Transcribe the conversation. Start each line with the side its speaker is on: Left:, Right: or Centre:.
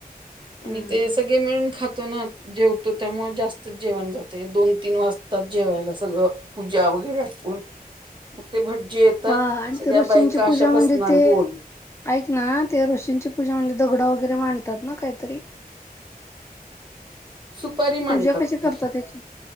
Right: आणि
Left: हम्म.
Right: सगळे मिळून खातो ना जेवतो त्यामुळे जास्तच जेवण जात. ते दोन तीन वाजतात जेवायला सगळं पूजा वगैरे आटकून मग ते भड जे येतात
Left: हा आणि
Right: सगळ्या
Left: ते ऋषींची
Right: बायका अशा
Left: पूजा म्हणजे
Right: बसणार
Left: ते
Right: गोल.
Left: ऐक ना ते ऋषींची पूजा म्हणजे दगडा वगैरे मांडतात ना काहीतरी.
Right: सुपरी मांडतात
Left: पूजा कशी
Right: ते.
Left: करतात त्याची